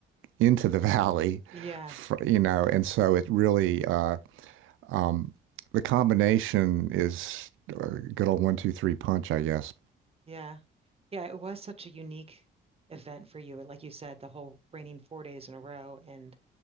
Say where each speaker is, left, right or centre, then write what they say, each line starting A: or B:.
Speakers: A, on the right; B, on the right.
A: into the <laughs> valley,
B: yeah,
A: you know, and so it really uh, um, the combination is a good old one, two, three punch, I guess.
B: yeah. Yeah, it was such a unique event for you. Like you said, the whole raining four days in a row and